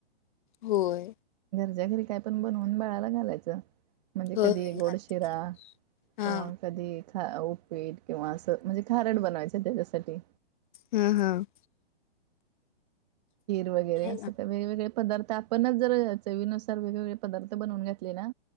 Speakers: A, on the left; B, on the right.
A: होय
B: ज्या घरी काय पण बनवून बाळाला घालायचं म्हणजे
A: होय
B: कधी
A: होय
B: गोड
A: घालतो
B: शिरा
A: हा
B: किंवा कधी खा उपीट किंवा असं म्हणजे खारट बनवायचं त्याच्यासाठी
A: हम्म हम्म
B: खीर वगैरे अस
A: घालत
B: तर वेगवेगळे पदार्थ आपणचं जर चवीनुसार वेगवेगळे पदार्थ बनवून घातले ना